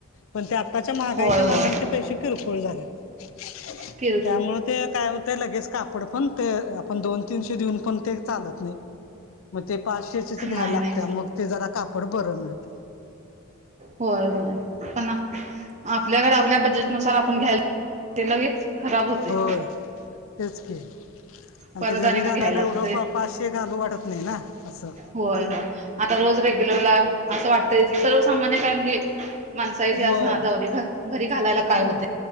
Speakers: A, on the left; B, on the right.
A: पण ते आताच्या महाईच्या
B: होय होय
A: माना पै किरकोळ झाल्यात.
B: केल.
A: त्यामुळे ते. काय होतय लगेच कापड, पण ते आपण दोन तीनशे देऊन पण ते चालत नाही. मग ते पाचशेचेच घ्यायला
B: नाही
A: लागते,
B: नाही
A: मग ते जरा कापड बरं मिळतय.
B: होय होय. पण, आपल्याकडे आपल्या बजेटनुसार आपण घ्यायला. खराब होतय
A: होय, तेच किआणि
B: परत
A: ते घरी
B: आणि मग
A: घालायला
B: घ्यायला
A: एवढं
B: लागतंय
A: पाचशे. घालू वाटत नाही ना. असं
B: होय, होय, आता रोज रेग्युलर लाअसं वाटतय की सर्व सामान्य काय म्हणजे. माणसा इतिहास
A: होय
B: ना जाऊदे घरी घालायला काय
A: हो
B: होतय?